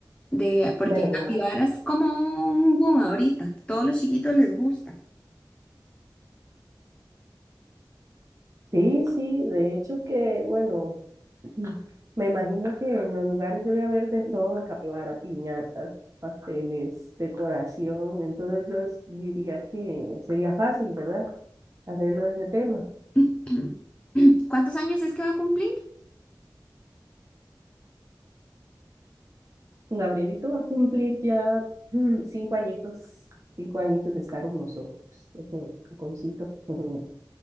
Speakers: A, on the left; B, on the right.
A: de, porque
B: ¿Verdad?
A: capibara es como un boom ahorita, todos los chiquitos les gusta.
B: Sí, sí, de hecho que, bueno. Mm. Me imagino que en los lugares debe haber de todo, de capibara, piñatas, pasteles, decoración. Entonces yo s- diría que sería fácil, ¿verdad? Hacerlo de ese tema.
A: <clears throat> ¿Cuántos años es que va a cumplir?
B: Gabrielito va a cumplir ya mm, cinco añitos, cinco añitos de estar con nosotros, ese caponcito. <laughs>